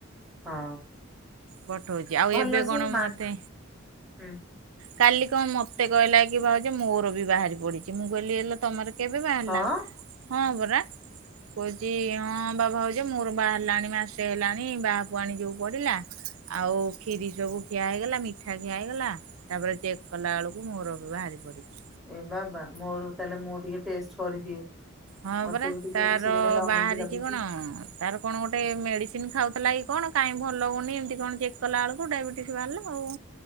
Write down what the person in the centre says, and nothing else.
ହଁ।
ଭଲ
ଯେ
ମା ହୁଁ
ହଁ
ଏ ବାବା ମୋର ତାହେଲେ ମୁଁ ଟିକେ ଟେଷ୍ଟ କରିଦିଏ।
ମତେ
ବି ଟିକେ
କିଛି ଦିନ ହେଲା
ଅନେଇକି ଲାଗୁଛି